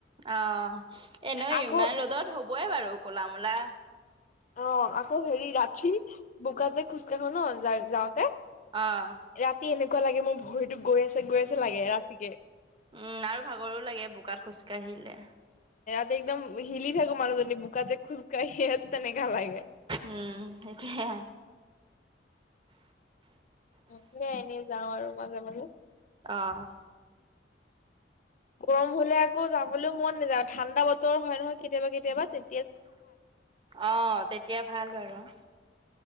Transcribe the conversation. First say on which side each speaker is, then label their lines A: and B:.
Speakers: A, on the right; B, on the left.
A: অ এনেই
B: আকৌ
A: ইমান ৰ'দত হবই বাৰু কলা মলা।
B: অ, আকৌ হেৰি ৰাতি বোকাত যে খোজকাঢ়ো ন যা যাওঁতে।
A: অঁ।
B: ৰাতি এনেকুৱা লাগে মোৰ ভৰিতো গৈ আছে, গৈ আছে লাগে ৰাতিকে।
A: উম আৰু ভাগৰো লাগে বোকাত খোজকাঢ়িলে।
B: ৰাতি একদম হিলি থাকো মানুহজনী। বোকাত যে খোজকাঢ়িয়ে আছো। তেনেকা লাগে।
A: উম, সেইটোৱে আ।
B: উম, সে এনেই যাও আৰু মাজে-মাজে।
A: অ'।
B: গৰম হলে আকৌ যাবলৈও মন নাযায়। ঠাণ্ডা বতৰ হয় নহয় কেতিয়াবা কেতিয়াবা তে
A: অ, তেতিয়া ভাল বাৰু।